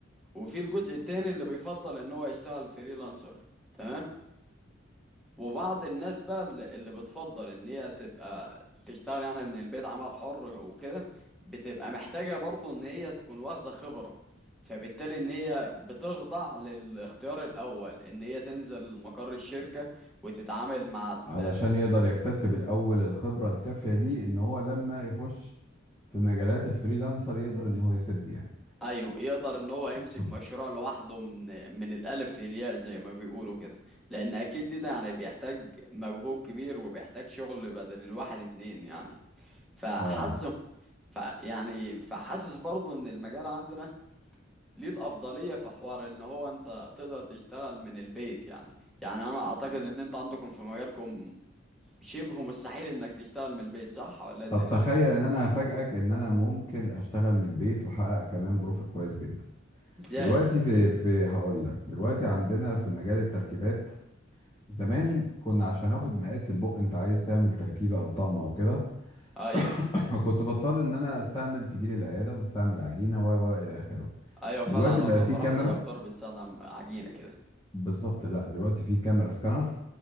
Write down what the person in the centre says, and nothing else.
وفي الجزء التاني اللي بيفضل إن هو يشتغل فريلانسر تمام وبعض الناس بقى اللي اللي بتفضل ان هي تبقى تشتغل يعني من البيت عمل حر وكده بتبقى محتاجة برضو ان هي تكون واخدة خبرة فبالتالي ان هي بتخضع للاختيار الاول ان هي تنزل مقر الشركة وتتعامل مع ال-
ايوه يقدر ان هو يمسك
مشروع لوحده من من الالف للياء زي ما بيقولوا كده لان اكيد دي ده يعني بيحتاج مجهود كبير وبيحتاج شغل بدل الواحد اتنين يعني فحاسه
ف يعني فحاسس برضه ان المجال عندنا ليه الافضليه في حوار ان هو انت تقدر تشتغل من البيت يعني يعني انا اعتقد ان انت عندكم في مجالكم شبه مستحيل انك تشتغل من البيت صح ولا إيه
الدنيا
ازاي
ايوه
ايوه
فعلا لما
بروح
لدكتور بيستخدم عجينه كده